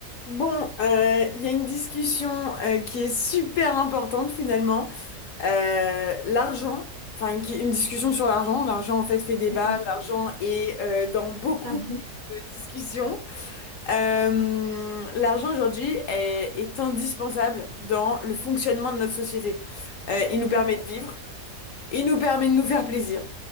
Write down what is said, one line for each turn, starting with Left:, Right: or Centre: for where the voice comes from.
Left: Bon, euh, il y a une discussion euh, qui est super importante finalement. Euh, l'argent, enfin qui- une discussion sur l'argent. L'argent en fait fait débat.
Right: Mhm.
Left: L'argent est euh, dans beaucoup
Right: Tabou.
Left: de discussions. Euh, l'argent aujourd'hui est, est indispensable dans le fonctionnement de notre société. Euh, il nous permet
Right: Mhm.
Left: de vivre. Il nous permet de nous faire plaisir.